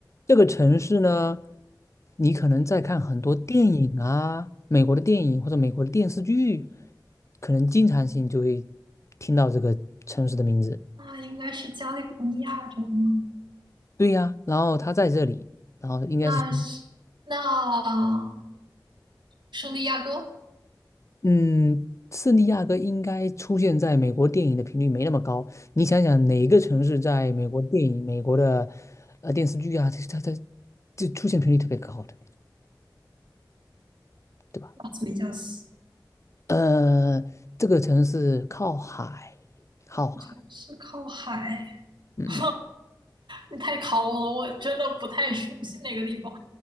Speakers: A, on the left; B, on the right.
A: 这个城市呢，你可能在看很多电影啊，美国的电影或者美国的电视剧，可能经常性就会听到这个城市的名字。
B: 那应该是加利福尼亚州吗？
A: 对呀，然后他在这里，然后应该是。
B: 那是那圣地亚哥，
A: 嗯，圣地亚哥应该出现在美国电影的频率没那么高。你想想，哪个城市在美国电影、美国的呃电视剧啊，它它它就出现频率特别高的，对吧？
B: 拉斯维加斯
A: 呃，这个城市靠海，靠海。
B: 这个城市靠海，
A: 嗯，
B: <laughs> 你太考我了，我真的不太熟悉那个地方。